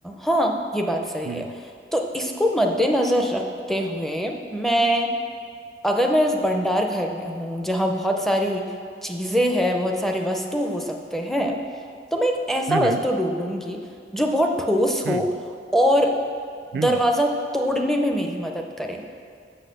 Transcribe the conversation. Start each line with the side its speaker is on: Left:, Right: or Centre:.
Centre: हाँ ये बात सही
Right: हम्म
Centre: है तो इसको मद्देनजर रखते हुए मैं अगर मैं इस भंडार घर में हूँ जहाँ बहुत सारी चीजें हैं बहुत सारे वस्तु हो सकते हैं तो मैं एक ऐसा
Right: हम्म
Centre: वस्तु ढूंढूंगी जो बहुत ठोस
Right: हम्म
Centre: हो और
Right: हम्म
Centre: दरवाजा तोड़ने में मेरी मदद करे